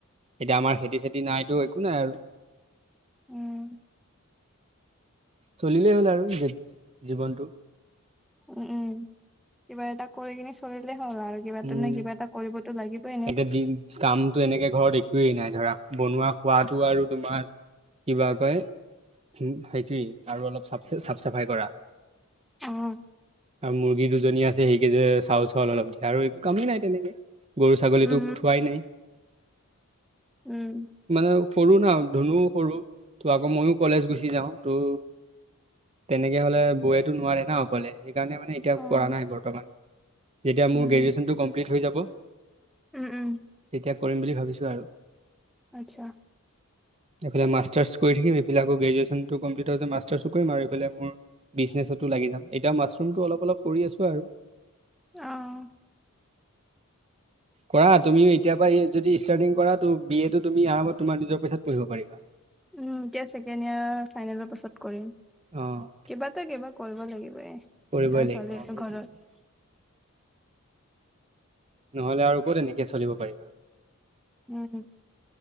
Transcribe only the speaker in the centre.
উম।
উম উম। কিবা এটা কৰি কিনে চলিলে হয় আৰু কিবা
তেনে কিবা এটা কৰিবটো লাগিবই এনেও।
অ',
উম,
উম,
অ',
উম,
উম উম।
আচ্ছা।
অহ।
উম এতিয়া ছেকেণ্ড ইয়েৰ ফাইনেলৰ পাছত কৰিম।
কিবা ত কিবা কৰিব লাগিব এ এটাই
ছোৱালী
আছোঁ
ঘৰত।
উমহ।